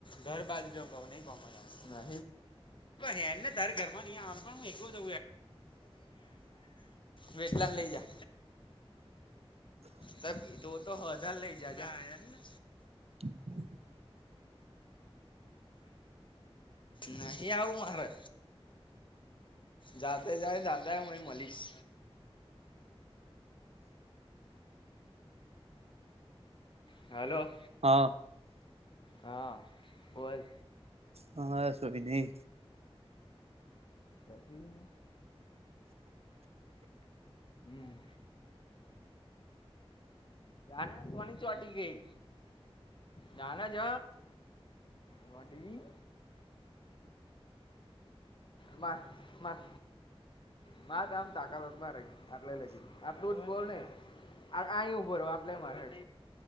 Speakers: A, on the left; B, on the right.
A: ઘર બાજ નહી કોા હેને ત ઘર માં ન ડી એકલો જ વેટલા ને લઈ જા ફ. તો તો હદ લઈ જજ ને ને.
B: <unintelligible>
A: નહી આવું મારે. જાતે જાય જાતા હુંય મળીશ. હાલો.
B: હા.
A: હા બોલ
B: હા સૂરીધે
A: કશું એ નઈ હમ્મ જાને સોની ચોટી ગઈ જાના જ વધવી માં માં માર તો આમ તારા માં તાકાત હોય આટલે લઈ જઇ આટલું જ બોલ નહી અહી ઉભો રઉ આટલે માર હેડ